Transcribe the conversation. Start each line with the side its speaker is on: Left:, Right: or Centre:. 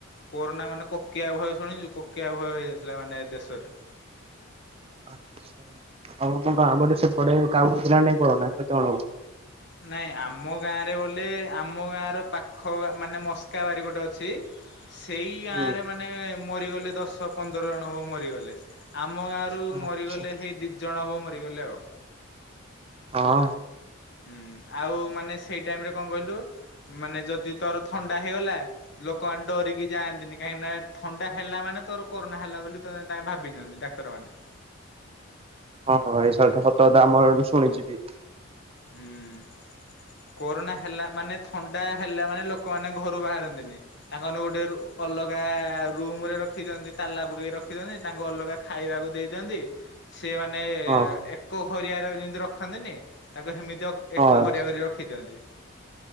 Left: କୋରୋନା ମାନେ କୋକିଆ ଭୟ ଶୁଣିଚୁ କୋକିଆ ଭୟ ହେଇଯାଇଥିଲା ମାନେ ଏ ଦେଶରେ।
Right: <unintelligible> ଆଉ ଆମଠିସି ପଡ଼େ କାହାକୁ ହେଇଥିଲା ନାଇଁ କରୋନା ସେତଅଳୁକୁ?
Left: ନାଇଁ ଆମ ଗାଁରେ ବୋଲେ ଆମ ଗାଁର ପାଖ ମାନେ ମସ୍କା ବାରି ଗୋଟେ ଅଛି। ସେଇ ଗାଁରେ
Right: ହୁଁ
Left: ମାନେ ମରିଗଲେ ଦଶ ପନ୍ଦର ଜଣ ବ ମରିଗଲେ ଆ ଆମ ଗାଁରୁ
Right: ଆଚ୍ଛା
Left: ମରିଗଲେ ହେଇ ଦିଜଣ ବ ମରିଗଲେ ଆଉ।
Right: ହଁ।
Left: ହୁଁ ଆଉ ମାନେ ସେଇ ଟାଇମ୍ ରେ କଁ କହିଲୁ ମାନେ ଯଦି ତର ଥଣ୍ଡା ହେଇଗଲା ଲୋକମାନେ ଡରିକି ଯାଆନ୍ତିନି କାହିଁକି ନା ଥଣ୍ଡା ହେଲା ମାନେ ତର କରୋନା ହେଲା ବୋଲି ତତେ ତାଙ୍କେ ଭାବିି ନିଅନ୍ତି ଡାକ୍ତରମାନେ।
Right: ହଁ ଭାଇ ସ ଏଟା ସତ କଥା ଆମ ମୁଁ ଶୁଣିଚି ବି।
Left: ହୁଁ। କୋରୋନା ହେଲା ମାନେ ଥଣ୍ଡା ହେଲା ମାନେ ଲୋକମାନେ ଘରୁ ବାହାରନ୍ତିନି ତାଙ୍କାନୁ ଗୋଟେ ରୋ ଅଲଗା ରୁମ୍ ରେ ରଖି ଦିଅନ୍ତି ତାଲା ପକେଇକି ରଖି ଦିଅନ୍ତି ତାଙ୍କୁ ଅଲଗା ଖାଇବାକୁ ଦେଇ ଦିଅନ୍ତି। ସିଏ ମାନେ
Right: ହଁ
Left: ଏକ ଘରିଆରେ ଯେମିତି ରଖନ୍ତିନି ଇଏ ହେମିତି ଅ
Right: ହଁ
Left: ଏକ ଘରିଆ କରି ରଖି ଦିଅନ୍ତି।